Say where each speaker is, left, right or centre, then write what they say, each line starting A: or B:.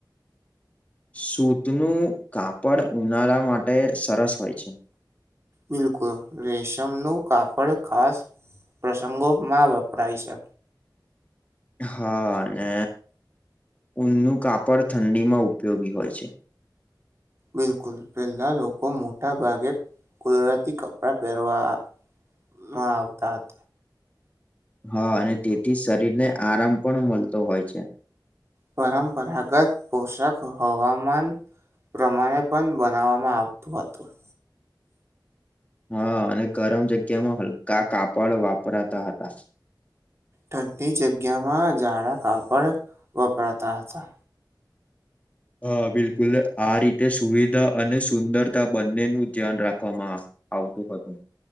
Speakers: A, on the left; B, on the right.
A: સુતનું કાપડ ઉનાળા માટે સરસ હોય છે.
B: બિલકુલ રેશમનું કાપડ ખાસ પ્રસંગોમાં વપરાય છે.
A: હા અને ઊનનું કાપડ ઠંડીમાં ઉપયોગી હોય છે.
B: બિલકુલ પહેલા લોકો મોટા ભાગે કુદરતી કપડાં પહેરવા માવકાત
A: હા અને તેથી શરીર ને આરામ પણ મળતો હોય છે.
B: પરંપરાગત પોષક હવામાન પ્રમાણે પણ બનાવવામાં આવતું હતું.
A: હા અને ગરમ જગ્યા માં હલકા કાપડ વાપરાતા હતા.
B: ઠંડી જગ્યામાં ઝાડા કાપડ વપરાતા હતા.
A: હા, બિલકુલ આ રીતે સુવિધા અને સુંદરતા બંને નું ધ્યાન રાખવામાં આવતું હતું.